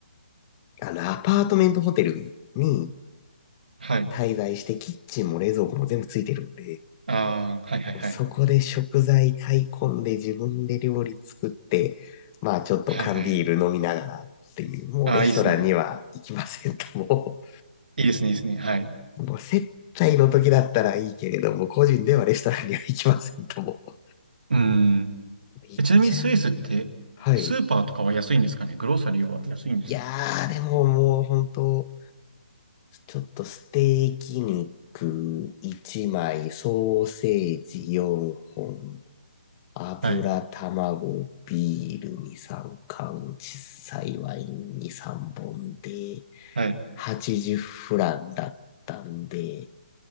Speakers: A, on the left; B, on the right.
A: あのアパートメントホテルに
B: はい。
A: 滞在してキッチンも冷蔵庫も全部ついてるんで、
B: あー、はいはいはい。
A: そこで食材買い込んで自分で料理作って、まあちょっと缶ビール飲みながらっていう、
B: はいはい。
A: もうレストランには行きませんと、
B: あー、いいですね。
A: も
B: いいですね、いいですね。はい。
A: う、もう接待の時だったらいいけれども、個人ではレストランには行きませんと、もう、
B: うん。
A: 行っちゃう。
B: えちなみにスイスって、
A: はい。
B: スーパーとかは安いんですかねグローサリーは安いんですか
A: いやー、でももう本当ちょっとステーキ肉1枚、ソーセージ4本、油、
B: はい。
A: 卵、ビールに3缶、小さいワインに3本で、
B: はい
A: 80フランだったんで、